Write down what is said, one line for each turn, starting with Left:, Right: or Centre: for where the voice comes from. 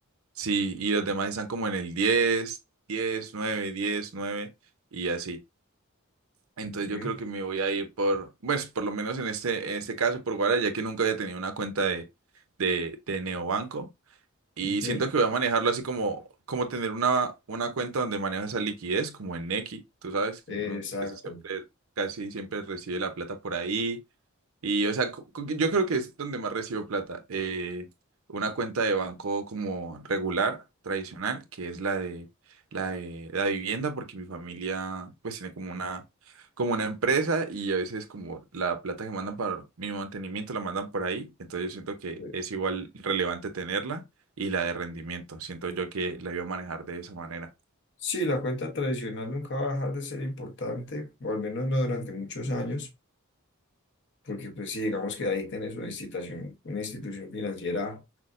Right: sí, y los demás están como en el 10 10 9 10 9 y así. Entonces
Left: Ok,
Right: yo creo que me voy a ir por, pues por lo menos en este, en este caso por Guara, ya que nunca había tenido una cuenta de, de, de Neobanco. Y
Left: ok.
Right: siento que voy a manejarlo así como, como tener una, una cuenta donde manejo esa liquidez, como en Nequi. Tú sabes que
Left: Exacto.
Right: uno casi siempre, casi siempre recibe la plata por ahí y, o sea, cu- cu- yo creo que es donde más recibo plata. Eh, una cuenta de banco como regular, tradicional, que es la de la de la vivienda, porque mi familia pues tiene como una como una empresa y a veces como la plata que mandan para mi mantenimiento la mandan por ahí. Entonces yo siento que
Left: ok.
Right: es igual relevante tenerla y la de rendimiento. Siento yo que la iba a manejar de esa manera.
Left: Sí, la cuenta tradicional nunca va a dejar de ser importante, o al menos no durante muchos años, porque pues sí, digamos que ahí tenés una institución, una institución financiera